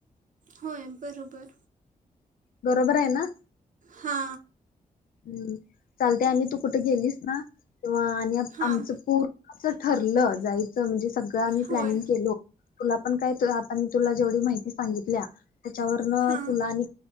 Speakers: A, on the right; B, on the left.
A: होय बरोबर.
B: बरोबर आहे ना?
A: हा.
B: हम्म चालते आणि तू कुठे गेलीस ना तेव्हा आणि
A: हां
B: आमचं पूर असं ठरलं जायचं म्हणजे सगळं आम्ही
A: होय
B: प्लॅनिंग केलो तुला पण काय आता मी तुला जेवढी माहिती सांगितल्या त्याच्यावरन
A: हां
B: तुला आणि